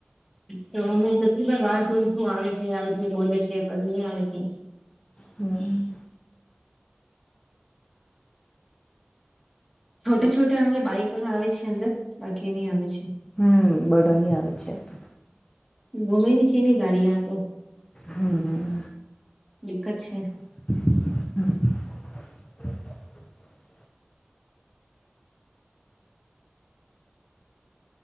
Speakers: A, in the centre; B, on the left.
A: તોનું પ તે દાર વાર જોવુ છું, આવે છે, આવે છે, બોલે છે, પર ની આવે છે.
B: હમ.
A: છોટુ છોટે આવે બાઈક વારા આવે છે અંદર, બાકી ની આવે છે.
B: હમ, બધા ની આવે છે એ તો.
A: ગોમે ની છે ની ગાડી આ તો.
B: હમ.
A: એક જ છે.
B: હમ <unintelligible>